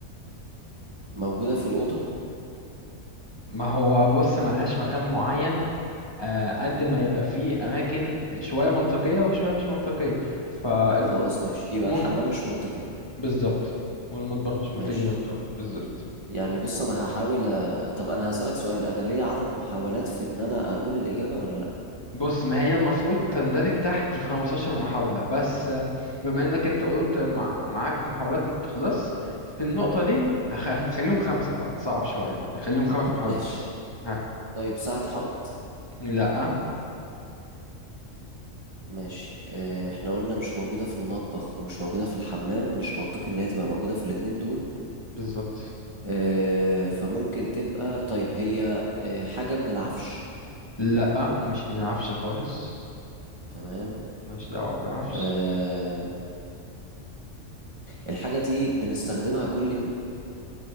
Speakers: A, on the right (about 25°); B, on the left (about 20°).
A: موجودة في الأوضة
B: ما هو بص ملهاش مكان معين آه، قد ما يبقى فيه أماكن شوية منطقية وشوية مش منطقية فالأ...
A: خلاص ماشي يبقى
B: ممكن
A: الحمام مش منطقي
B: بالظبط والمطبخ مش
A: ماشي
B: منطقي زي ما تقول بالظبط
A: يعني بص أنا هحاول أ... طب أنا هسألك سؤال أنا ليا عدد محاولات في إن أنا أقول الإجابة ولا لأ
B: بص ما هي المفروض تندرج تحت ال 15 محاولة بس آه، بما إنك أنت قلت مع... معاك محاولات ما بتخلص في النقطة دي هخ... هنخليهم خمسة بقى نصعب شوية بقى نخليهم خمس
A: <laughs>
B: محاولات
A: ماشي
B: بس ها
A: طيب ساعة حائط
B: لأ
A: ماشي آه، احنا قلنا مش موجودة في المطبخ ومش موجودة في الحمام مش منطقي ان هي تبقى موجودة في الاتنين دول
B: بالظبط
A: آه، فممكن تبقى طيب هي آه، حاجة من العفش
B: لأ مش منعرفش خالص
A: تمام
B: ماليش دعوة بالعفش
A: آه، الحاجة دي بنستخدمها كل يوم